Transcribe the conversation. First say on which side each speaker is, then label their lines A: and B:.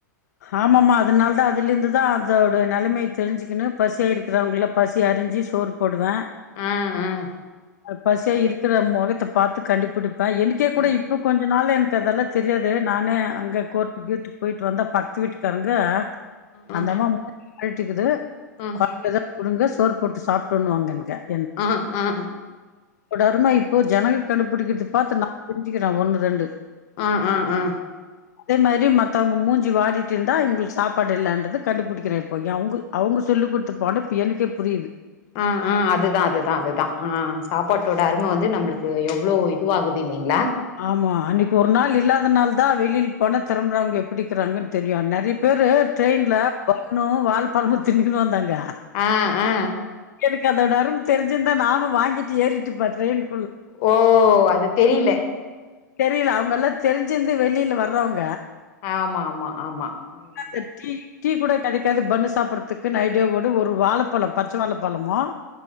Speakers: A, on the left; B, on the left.
A: ஆமாமா அதனால தா அதுல இருந்து தான் அதோட நிலைமைய தெரிஞ்சுக்கினு பசியா இருக்கிறவங்கல பசி அறிஞ்சு சோறு போடுவேன்
B: ம் ம்
A: பசியா இருக்கிற முகத்த பாத்து கண்டுப்பிடி எனக்கே கூட
B: ம்
A: இப்போ கொஞ்ச நாள் எனக் அதெல்லா தெரியாது நானே அங்க கோர் வீட் போயிட்டு வந்த பத்து வீட்டுக்காரங்க
B: ஆ
A: அந்தம்மா மூன்ஜி அழுட்டுக்குது
B: ஆ
A: <unintelligible> குடுங்க சோறு போட்டு சாப்டனு <unintelligible>
B: அ அ அ
A: ஒட அருமை இப்போ ஜனங்க கண்டுபுடிக்கிற்து பாத்து நா தெரிஞ்சுக்கிறே ஒன்னு ரெண்டு
B: ஆ ஆ ஆ
A: அதே மாரி மத்தவ்ங்க மூஞ் சி வாடிட்டிருந்தா இவுங்ளுக்கு சாப்பாடு இல்லன்றது கண்டுபுடிக்கனு இப்பொ எ அவுங்க அவுங்க சொல்லிக் குட்த்த பாடொ இப்ப எனக்கே புரியிது
B: ஆ ஆ அதுதா அதுதா அதுதா ஆ சாப்பாட்டோட அரும வந்து நம்பளுக்கு எவ்ளோ இதுவாகுது இல்லிங்ளா
A: ஆமா அன்னைக்கு ஒரு நாள் இல்லாத நாள் தா வெளில் போன திரம்றவ்ங்க எப்பிடிக்கிறாங்கன் தெரியு நெறைய பேரு ட்ரெயின்ல பன்னு பால் பழமும்தின்க்கனு வந்தாங்க
B: ஆ ஆ
A: எனக்கு அதோட தெரி்சிருந்தா நானும் வாங்கிட்டு ஏறிட்டு படுறேன் டிரெய்ன்
B: ஓ அது தெரியல
A: தெரியல அவங்க எல்லாம் தெரிஞ்சிருந்து வெளியில வரறவங்க
B: ஆமா ஆமா ஆமா உம்
A: அந்த டீ டீ கூட கிடைக்காது பண்ணு சாப்பிடடுறதுக்கு ந ஐடியாவடு ஒரு வாழைப்பழம் பச்சை வாழைப்பழமும்